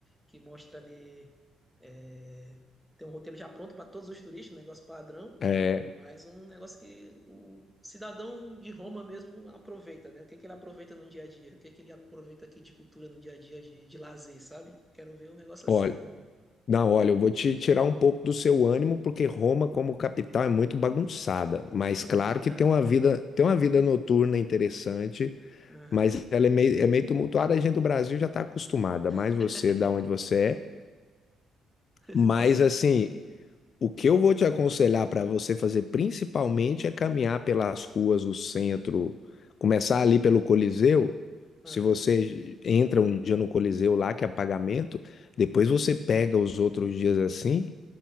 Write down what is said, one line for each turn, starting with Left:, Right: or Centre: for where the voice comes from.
Centre: que mostra ali, é, tem um roteiro já pronto para todos os turistas, um negócio padrão,
Left: É,
Centre: mas um negócio que o cidadão de Roma mesmo aproveita, né? O que que ele aproveita no dia a dia? O que que ele aproveita aqui de cultura no dia a dia, de, de lazer, sabe? Quero ver um negócio
Left: olha,
Centre: assim.
Left: não, olha, eu vou te tirar um pouco do seu ânimo, porque Roma, como capital, é muito bagunçada. Mas
Centre: Eita.
Left: claro que tem uma vida, tem uma vida noturna interessante,
Centre: Aham.
Left: mas ela é meio, é meio tumultuada. A gente do Brasil já está acostumada, mais
Centre: <laughs>
Left: você, da onde você é.
Centre: É,
Left: Mas
Centre: com certeza.
Left: assim, O que eu vou te aconselhar para você fazer principalmente é caminhar pelas ruas do centro, começar ali pelo Coliseu.
Centre: Aham,
Left: Se você entra um dia no Coliseu lá, que é pagamento, depois você pega os outros dias assim